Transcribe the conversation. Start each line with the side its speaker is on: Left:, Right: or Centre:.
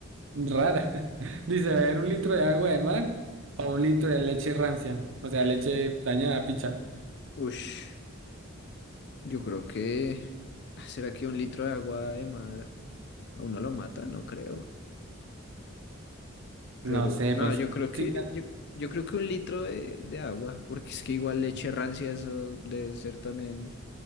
Right: rara. <laughs> Dice, beber un litro de agua de mar o un litro de leche rancia, o sea, leche dañada, picha.
Left: Ush, yo creo que... ah, ¿Será que un litro de agua de mar a uno lo mata? No creo.
Right: No
Left: Pero
Right: sé,
Left: no,
Right: pues,
Left: yo creo
Right: sí,
Left: que... Yo, yo creo que un litro de, de agua, porque es que igual leche rancia eso debe ser también